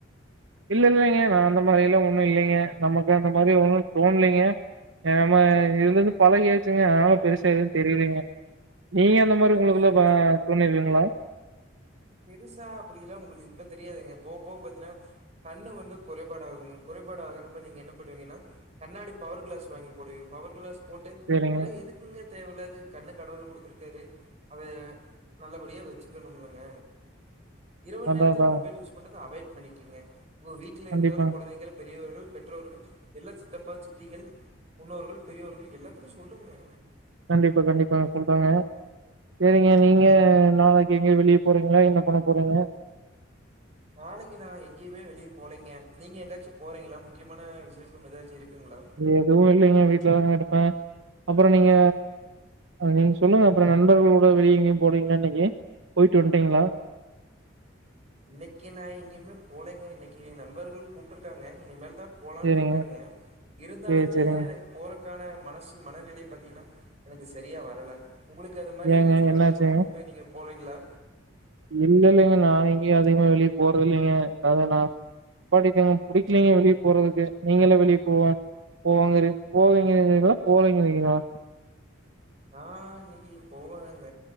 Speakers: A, on the right; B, on the right.
A: இல்ல இல்லங்க நா அந்த மாரி எல்லா ஒண்ணு இல்லங்க நமக்கு அந்த மாரி ஒன்னு தோணலங்க நம் இதுல இருந்து பழகியசுங்க அதனால பெருசா எதுவு தெரியலங்க நீங்க அந்த இந்த மாரி
B: பெருசா
A: உங்களுக்குல்ல ப தோணிருக்கிங்களா
B: பெருசா அப்டில்லா உங்களுக்கு இப்ப தெரியாதுங்க போவ போவ பாத்தீன்னா கண்ணு வந்து குறைபாடு ஆகுங்க குறைபாடு ஆகுறப்ப நீங்க என்ன பண்ணுவீங்கன்னா கண்ணாடி பவர் கிளாஸ் வாங்கி போடுவீங்க பவர் கிளாஸ் போட்டு
A: சேரிங்க
B: அதல்ல எதுக் ங்க தேவயில்லாது கண்ணு கடவுள் குடுத்துருக்காரு அத நல்லபடியா வச்சுக்கணும்லங்க இரவு
A: அதா
B: நேரத்துல
A: அதா
B: மொபைல் யூஸ் பண்றது அவாய்ட் பண்ணிக்கிங்க உங்க வீட்ல
A: கண்டிப்பா
B: இருந்தாலு குழந்தைகள் பெரியவர்கள் பெற்றோர்கள் எல்லா சித்தப்பா சித்திகள் முன்னோர்கள் பெரியோர்கள் எல்லாத்துக்கு சொல்லுங்க
A: கண்டிப்பா கண்டிப்பாங்க சொல்றாங்க செரிங்க நீங்க நாளைக்கு எங்க வெளிய போறீங்களா என்ன பண்ண போறீங்க
B: நாளைக்கு நா எங்கேயுமே வெளியே போலங்க நீங்க எங்காயாச்சு போறீங்களா முக்கியமான விசேஷம் ஏதாச்சு இருக்குங்களா
A: எதுவு இல்லேங்க வீட்டுலதாங்க இருப்பே அப்பற நீங்க நீங்க சொல்லுங்க அப்பறோ நண்பர்களோட வெளியெங்கயு போறிங்களா இன்னைக்கு போயிட்டு வன்டீங்களா
B: இன்னைக்கு நான் எங்கேமே போலங்க இன்னைக்கு ஏ நண்பர்கள் கூப்ட்டு இருக்காங்க இனி மேல தா போலான்ட்டு
A: சேரிங்க
B: இருக்கனுங்க இருந்தாலுமே
A: சேரி சேரிங்க
B: போறக்கான மனசு மனநிலை பாத்தீங்கன்னா எனக்கு செரியா வரல உங்களுக்கு அது மாரி
A: ஏங்க
B: எங்காச்சு
A: என்னாச்சுங்க
B: நண்பர்கள் கூப்ட்டு நீங்க போரிங்களா
A: இல்ல இல்லைங்க நான் எங்கேயு அதிகமா வெளியே போறத இல்லங்க அத நா நிப்பாட்டிடங்க புடிக்கலிங்க வெளியே போறதுக்கு நீங்கல்லா வெளியே போவே போவாங்க போவேன்ங்கறிங்களா போலேங்கிரிங்களா
B: நா இன்னைக்கு போறங்க